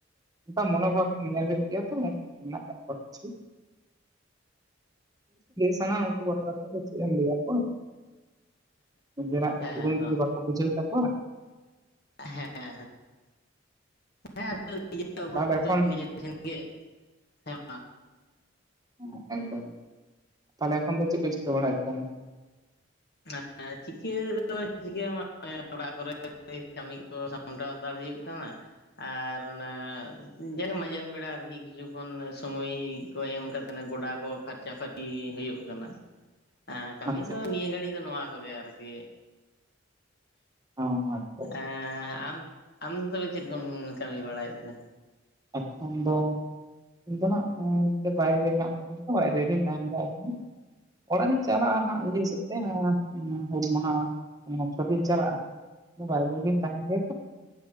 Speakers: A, on the right; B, on the left.
A: ᱚᱱᱠᱟ ᱢᱚᱱᱳᱵᱷᱟᱵ ᱧᱮᱞ ᱦᱩᱭᱩᱜ ᱜᱮᱭᱟ ᱛᱚ ᱢᱮᱱᱟᱜ ᱠᱟᱜ ᱠᱚᱣᱟ ᱠᱤᱪᱷᱩ ᱥᱟᱱᱟᱢ ᱩᱱᱠᱩ ᱵᱟᱠᱷᱨᱟ ᱪᱮᱫ ᱮᱢ ᱞᱟᱹᱭᱟ ᱠᱚ ᱱᱤᱡᱮᱨᱟᱜ
B: ᱦᱮᱸ
A: ᱛᱩᱨᱩᱢ
B: ᱛᱚ
A: ᱡᱩᱫᱤ ᱵᱟᱠᱚ ᱵᱩᱡᱷᱟᱹᱣ ᱛᱟᱠᱚᱣᱟ
B: ᱦᱮᱸ ᱦᱮᱸ ᱦᱮᱸ <unintelligible>
A: ᱛᱟᱦᱚᱞᱮ ᱮᱠᱷᱚᱱ
B: ᱱᱤᱡᱮ ᱴᱷᱮᱱ ᱜᱮ ᱦᱮᱸ
A: <unintelligible> ᱟᱠᱩ ᱚᱸᱰᱮ ᱠᱷᱚᱱ ᱫᱚ ᱪᱮᱫ ᱠᱚ ᱪᱤᱠᱟᱹ ᱵᱟᱲᱟᱭᱮᱫ ᱠᱟᱱᱟ
B: ᱦ ᱪᱤᱠᱟᱹ ᱪᱤᱠᱟᱹ ᱚᱲᱟᱜ ᱠᱚᱨᱮ ᱠᱟᱹᱢᱤ ᱠᱚ ᱥᱟᱢᱴᱟᱣ ᱦᱟᱛᱟᱲ ᱦᱩᱭᱩᱜ ᱠᱟᱱᱟ ᱟᱨ ᱚᱱᱟ ᱡᱮᱱᱚ ᱢᱟᱡᱟᱱ ᱵᱮᱲᱟ ᱟᱨᱠᱤ ᱠᱤᱪᱷᱩ ᱠᱷᱚᱱ ᱥᱚᱢᱚᱭ ᱠᱚ ᱮᱢ ᱠᱟ ᱜᱚᱰᱟ ᱠᱚ ᱯᱷᱟᱨᱪᱟ ᱯᱷᱟᱨᱪᱤ ᱦᱩᱭᱩᱜ ᱠᱟᱱᱟ ᱦᱮᱸ ᱠᱟᱹᱢᱤ
A: ᱟᱪᱪᱷᱟ
B: ᱫᱚ ᱱᱤᱭᱟᱹ ᱜᱷᱟᱹᱲᱤᱡ ᱫᱚ ᱱᱚᱣᱟ ᱠᱚᱜᱮ ᱟᱨᱠᱤ
A: ᱚ ᱟᱪ
B: ᱮ ᱟᱢ ᱟᱢ ᱫᱚ ᱛᱚᱵᱮ ᱪᱮᱫ ᱠᱚᱢ ᱠᱟᱹᱢᱤ ᱵᱟᱲᱟᱭᱮᱫ ᱛᱮ
A: ᱮᱠᱷᱚᱱ ᱫᱚ ᱤᱧ ᱫᱚ ᱦᱜ ᱵᱟᱭᱨᱮ ᱢᱮᱱᱟᱜ ᱛᱫᱤᱧ ᱵᱟᱭᱨᱮ ᱨᱤᱧ ᱛᱟᱦᱮᱸᱱ ᱫᱟᱲ ᱠᱟᱱᱟ ᱚᱲᱟᱜ ᱨᱤᱧ ᱪᱟᱞᱟᱜᱼᱟ ᱦᱟᱸᱜ ᱤᱭᱟᱹ ᱦᱥᱵ ᱛᱮ ᱦᱩᱞ ᱢᱟᱦᱟᱥ ᱵᱤᱱ ᱪᱟᱞᱟᱜᱼᱟ ᱵᱟᱭ ᱵᱤᱱ ᱛᱟᱦᱮᱸ ᱜᱮ